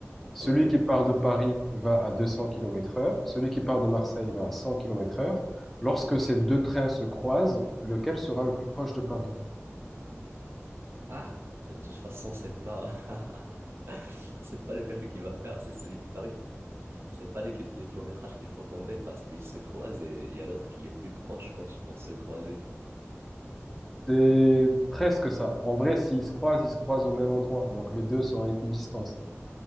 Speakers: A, in the centre; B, on the right.
A: Celui
B: ok.
A: qui part de Paris va à 200 km heure. Celui qui part de Marseille va à 100 km heure. Lorsque ces deux trains se croisent, lequel sera le plus proche de Paris?
B: Ah, bah, de toute façon, c'est pas... <laughs> c'est pas le calcul qu'il va faire, c'est celui de Paris. C'est pas les, ki- les kilométrages qu'il faut compter parce qu'ils se croisent et il y a l'autre qui est plus proche quand ils vont se croiser.
A: C'est presque ça. En vrai, s'ils se croisent, ils se croisent au même endroit. Donc les deux sont à équidistance.